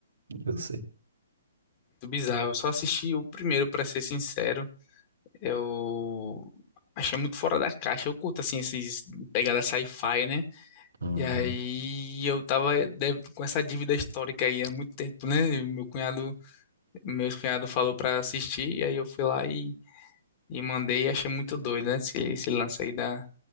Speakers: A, on the right; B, on the left.
A: Eu sei.
B: Muito bizarro. Eu só assisti o primeiro, pra ser sincero. Eu achei muito fora da caixa. Eu curto, assim, esses pegada sci-fi, né?
A: Uhum.
B: E aí eu tava de- com essa dívida histórica aí há muito tempo, né? E Meu cunhado, meus cunhado falou pra assistir, e aí eu fui lá e, e mandei e achei muito doido, né? Esse, esse lance aí da